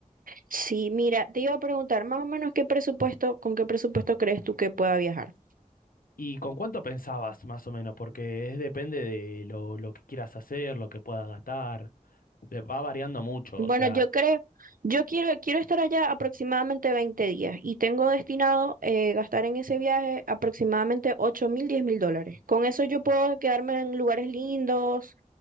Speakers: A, on the right (about 80°); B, on the left (about 85°).
A: Sí, mira, te iba a preguntar, más o menos qué presupuesto, con qué presupuesto crees tú que pueda viajar.
B: ¿Y con cuánto pensabas, más o menos? Porque es depende de lo, lo que quieras hacer, lo que puedas gastar. de- Va variando mucho,
A: Bueno,
B: o sea.
A: yo creo, yo quiero, quiero estar allá aproximadamente 20 días y tengo destinado eh, gastar en ese viaje aproximadamente ocho mil, diez mil dólares. Con eso yo puedo quedarme en lugares lindos,